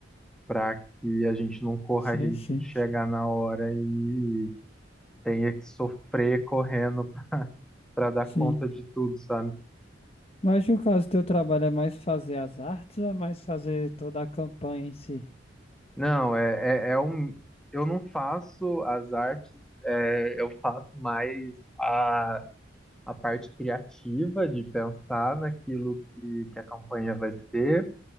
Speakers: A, in the centre; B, on the left.
A: para que a gente não corra
B: sim,
A: risco
B: sim,
A: de chegar
B: sim.
A: na hora e tenha que sofrer correndo <laughs> para dar
B: Sim.
A: conta de tudo, sabe?
B: Mas no caso, teu trabalho é mais fazer as artes ou é mais fazer toda a campanha em si?
A: Não, é, é, é um. Eu não faço as artes, é, eu faço mais a a parte criativa de pensar naquilo que, que a campanha vai ser